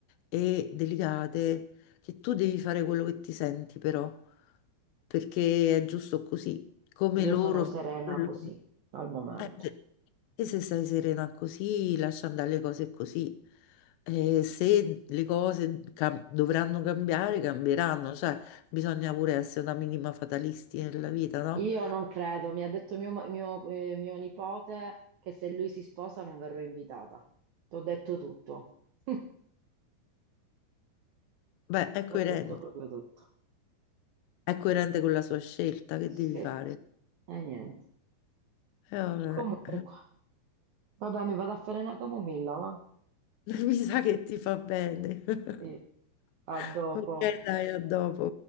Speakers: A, on the left; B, on the right.
A: e delicate che tu devi fare quello che ti senti, però, perché è giusto così, come
B: io
A: loro
B: sono serena
A: fanno quello.
B: così al momento.
A: Eh, E se sei serena così, lascia andare le cose così. E se le cose cam- dovranno cambiare, cambieranno, cioè bisogna pure essere una minima fatalisti nella vita, no?
B: Io non credo, mi ha detto mio, ma- mio, eh, mio nipote che se lui si sposa non verrò invitata. T'ho detto tutto. <laughs>
A: Beh, è coerente.
B: Ho detto proprio tutto.
A: è coerente con la sua scelta, che devi
B: Sì,
A: fare?
B: e niente.
A: E vabbè,
B: Comunque, vabbè, mi vado a fare una camomilla, va?
A: <laughs> mi sa che ti fa bene. <laughs>
B: Sì. A dopo.
A: Ok, dai, a dopo.